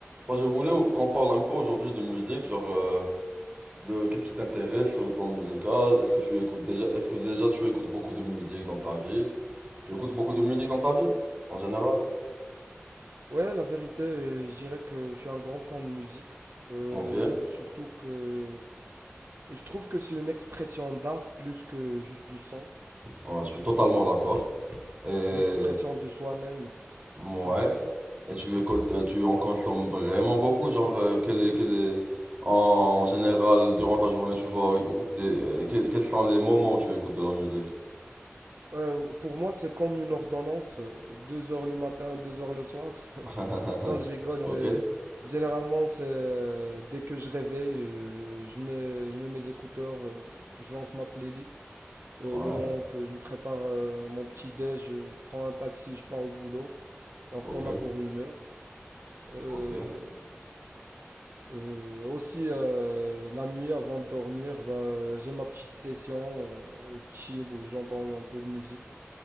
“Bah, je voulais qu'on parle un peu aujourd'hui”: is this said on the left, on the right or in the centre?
Right